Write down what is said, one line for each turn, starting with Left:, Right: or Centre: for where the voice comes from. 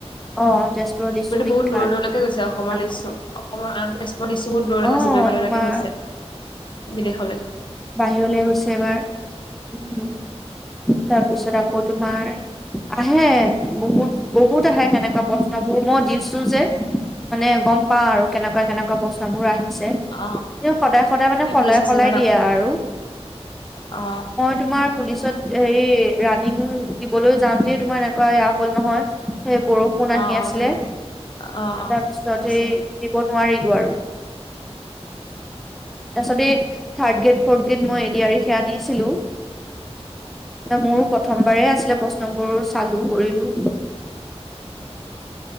Centre: অ তেজপুৰৰ লিচু বিখ্যাত
Left: বহুত দূৰ দূৰলৈকে গৈছে অসমৰ
Centre: আকৌ
Left: লিচু। অসমৰ অ' তেজপুৰৰ লিচুবোৰ দূৰলৈ
Centre: অ
Left: গৈছে বাহিৰলৈকে
Centre: তোমাৰ
Left: গৈছে বিদেশলৈ।
Centre: বাহিৰলৈ গৈছে এবাৰ উম, তাৰপিছত আকৌ তোমাৰ আহে বহুত বহুত আহে তেনেকুৱা প্ৰশ্নবোৰ মই দিছোঁ যে। মানে গম পাওঁ আৰু কেনেকুৱা কেনেকুৱা প্ৰশ্নবোৰ আহিছে।
Left: অ
Centre: তেওঁ সদায় সদায় মানে
Left: তুমি
Centre: সলাই
Left: পুলিচত
Centre: সলাই
Left: আছিলা ন
Centre: দিয়া আৰু
Left: অ
Centre: মই তোমাৰ পুলিচত হেৰি ৰাণীং দিবলৈ যাওঁতেই তোমাৰ এনেকুৱা এয়া হ'ল নহয়। সেই বৰষুণ আহি
Left: অ অ
Centre: আছিলে
Left: তুমি অ অ
Centre: তাৰপিছত
Left: কৈছিলা
Centre: সেই দিব নোৱাৰিলো আৰু। তাৰপাছতে এই থাৰ্ড গ্ৰেড ফৰ্থ গ্ৰেড মই এ ডি আৰ ই সেয়া দিছিলোঁ। মোৰো প্ৰথমবাৰে আছিলে প্ৰশ্নবোৰ চালো কৰিলো।